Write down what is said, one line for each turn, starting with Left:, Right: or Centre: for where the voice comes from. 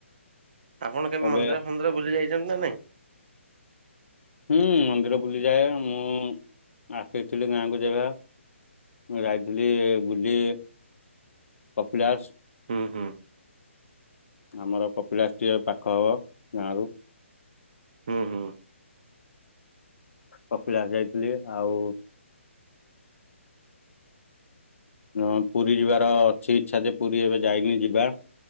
Right: ଆପଣ କେବେ
Left: ଏବେ
Right: ମନ୍ଦିର ଫନ୍ଦିର ବୁଲି ଯାଇଚନ୍ତି ନା ନାଇଁ?
Left: ହୁଁ ମନ୍ଦିର ବୁଲିଯାଏ ମୁଁ ଆସିଥିଲି ଗାଁକୁ ଯେବେ। ମୁଁ ଯାଇଥିଲି ବୁଲି କପିଳାସ।
Right: ହୁଁ ହୁଁ।
Left: ଆମର କପିଳାସ ଟିକେ ପାଖ ହବ ଗାଁରୁ।
Right: ହୁଁ ହୁଁ।
Left: କପିଳାସ ଯାଇଥିଲି ଆଉ ମୁଁ ପୁରୀ ଯିବାର ଅଛି ଇଚ୍ଛା ଯେ ପୁରୀ ଏବେ ଯାଇନି ଯିବା